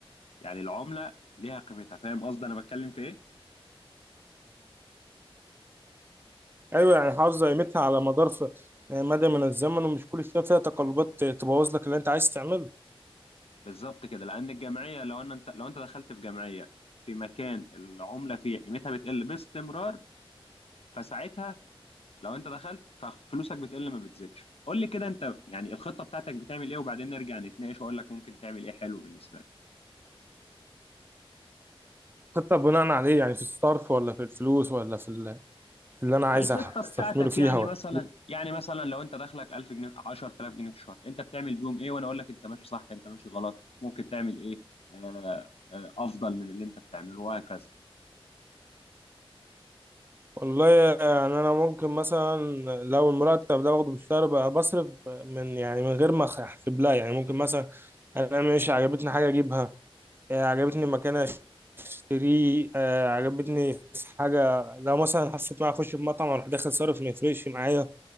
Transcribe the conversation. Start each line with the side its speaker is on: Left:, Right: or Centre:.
Left: يعني العملة ليها قيمتها فاهم قصدي انا بتكلم في ايه
Right: ايوه يعني حافظة قيمتها على مدار ف- يعني مدى من الزمن ومش كل شوية فيها تقلبات تبوظ لك اللي انت عايز تعمله
Left: بالظبط كده لان الجمعية لو ان انت لو انت دخلت في جمعية في مكان العملة فيها قيمتها بتقل باستمرار فساعتها لو انت دخلت ففلوسك بتقل ما بتزيدش قول لي كده انت يعني الخطه بتاعتك بتعمل ايه وبعدين نرجع نتناقش واقول لك ممكن تعمل ايه حلو بالنسبه لك
Right: خطة بناء عليه يعني في الصرف ولا في الفلوس ولا في, ال- في اللي انا عايز
Left: الخطه
Right: أح-
Left: بتاعتك
Right: استثمره فيها
Left: يعني
Right: ولا
Left: مثلا يعني مثلا لو انت دخلك 1000 جنيه 10000 جنيه في الشهر انت بتعمل بيهم ايه وانا اقول لك انت ماشي صح انت ماشي غلط ممكن تعمل ايه آه آه افضل من اللي انت بتعمله وهكذا
Right: والله يعني انا ممكن مثلا لو المرتب ده باخده بالشهر بقى بصرف من يعني من غير ما احسب لها يعني ممكن مثلا انا مش عجبتني حاجه اجيبها آه، عجبتني مكان اشتريه آه، عجبتني في حاجه لو مثلا حسيت بقى اخش بمطعم اروح داخل صارف ما يفرقش معايا